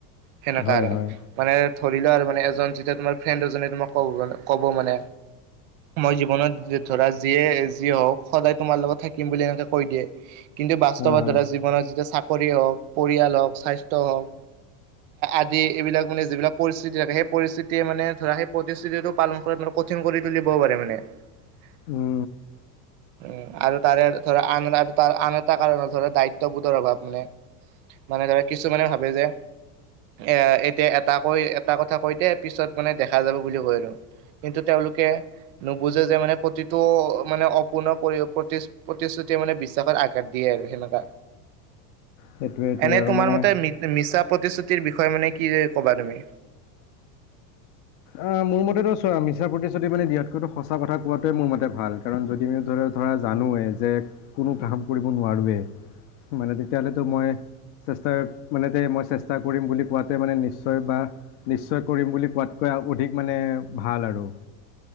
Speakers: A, on the right (about 55°); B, on the left (about 50°).
A: সেনেককা
B: হয়
A: আৰু
B: হয়
A: মানে ধৰি লোৱা আৰু মানে এজন যেতিয়া তোমাৰ ফ্ৰেণ্ড এজনে তোমাক ক কব মানে মই জীৱনত ধৰা যিয়ে যি হওঁক সদায় তোমাৰ লগত থাকিম বুলি এনেকে কৈ দিয়ে কিন্তু বাস্তৱৰ
B: হা হা
A: দাৰা জীৱনত যি চাকৰি হওক পৰিয়াল হওক স্বাস্থ্য হওক আদি এইবিলাক মানে যিবিলাক পৰিস্থিতি থাকে সেই পৰিস্থিতিয়ে মানে ধৰা সেই প্ৰতিশস্থিতিটো পালন কৰা কিং কৰি তুলিবও পাৰে মানে
B: উম
A: <inaudible> উ আৰু তাৰে ধৰা আন তাৰ আন এটা কাৰণ ধৰা দায়িত্ববোধৰ অভাৱ মানে মানে ধৰা কিছুমানে ভাবে যে এ এতিয়া এটা কৈ এটা কথা কৈ দে পিছত মানে দেখা যাব বুলি কৈ আৰু কিন্তু তেওঁলোকে নুবুজে যে মানে প্ৰতি টো মানে অপূৰ্ণ প্ৰতিশ্ৰুতিে মানে বিশ্বাসত আঘাত দিয়ে আৰু সেনেককাা
B: সেইটোৱে সেইটোৱে
A: এনে
B: আৰু
A: তোমাৰ
B: মানে
A: মতে ম মিছা প্ৰতিশ্ৰুতিৰ বিষয়ে মানে কি ক'বা তুমি
B: অ', মোৰ মতেটো চ মিছাৰ প্ৰতি যদি মানে দিয়াতকৈো সঁচা কথা কোৱাটোৱে মোৰ মতে ভাল কাৰণ যদি মি ধ ধৰা জানো যে কোনো কাম কৰিব নোৱাৰোৱে মানে তেতিয়াহ'লেতো মই চেষ্টা মানে মই চেষ্টা কৰিম বুলি কোৱাতে মানে নিশ্চয় বা নিশ্চয় কৰিম বুলি কোৱাতকৈ অ ঠিক মানে ভাল আৰু